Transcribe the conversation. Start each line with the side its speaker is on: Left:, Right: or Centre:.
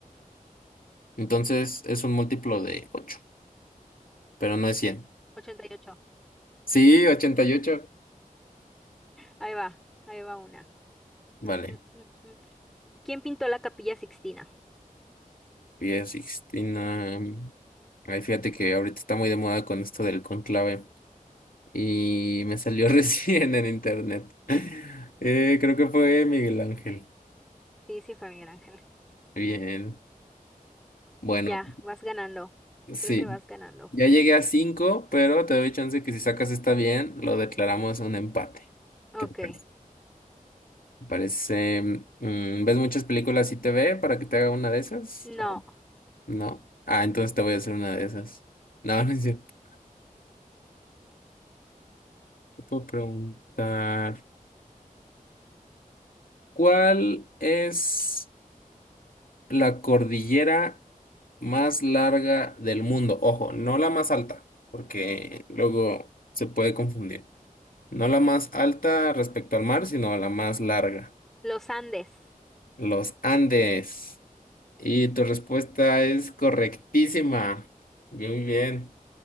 Left: entonces es un múltiplo de ocho pero no es cien
Centre: ochenta y ocho.
Left: Sí, ochenta y ocho
Centre: Ahí va, ahí va una.
Left: Vale.
Centre: Mm, mm, mm, mm. ¿Quién pintó la Capilla Sixtina?
Left: Capilla Sixtina. Ay, fíjate que ahorita está muy de moda con esto del conclave. Y me salió <laughs> recién en internet. Eh, creo que fue Miguel Ángel.
Centre: Sí, sí fue Miguel Ángel.
Left: Bien. Bueno,
Centre: Ya, vas ganando.
Left: sí.
Centre: Creo que vas ganando.
Left: Ya llegué a cinco, pero te doy chance que si sacas esta bien, lo declaramos un empate.
Centre: Ok.
Left: ¿Qué te parece? Parece, mm, ¿ves muchas películas y TV para que te haga una de esas?
Centre: No,
Left: ¿O no. Ah, entonces te voy a hacer una de esas. No, <laughs> no es cierto. Te puedo preguntar, ¿cuál es la cordillera más larga del mundo? Ojo, no la más alta, porque luego se puede confundir. No la más alta respecto al mar, sino la más larga.
Centre: los Andes.
Left: Los Andes. Y tu respuesta es correctísima. Muy bien.